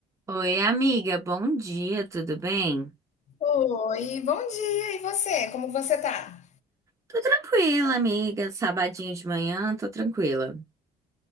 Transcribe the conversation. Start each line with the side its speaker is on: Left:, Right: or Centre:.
Right: Oi, amiga, bom dia, tudo bem?
Left: Oi, bom dia. E você? Como você tá?
Right: Tô tranquila, amiga. Sabadinho de manhã, tô tranquila.